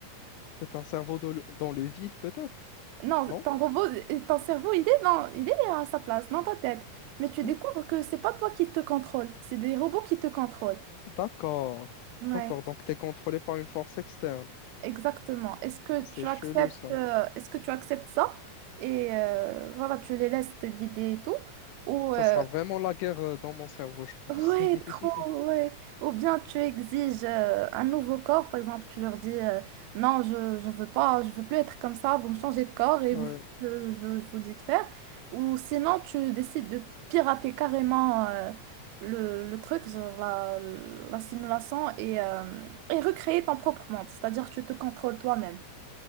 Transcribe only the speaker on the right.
Non,
ton robot, ton cerveau, il est dans, il est à sa place, dans ta tête. Mais tu découvres
que c'est pas toi qui te contrôle, c'est des robots qui te contrôlent.
Ouais,
exactement. Est-ce que
tu
acceptes,
euh, est-ce que tu acceptes ça? Et euh, voilà, tu les laisses te guider et tout. Ou, euh,
Ouais,
trop, ouais. Ou bien tu exiges euh, un nouveau corps, par exemple, tu leur dis euh, non, je, je veux pas, je veux plus être comme ça, vous me changez de corps et
vous faites ce que je, je vous dis de faire. Ou sinon, tu décides de pirater carrément euh, le, le truc, genre la, la simulation et, euh, et recréer ton propre monde, c'est-à-dire tu te contrôles toi-même.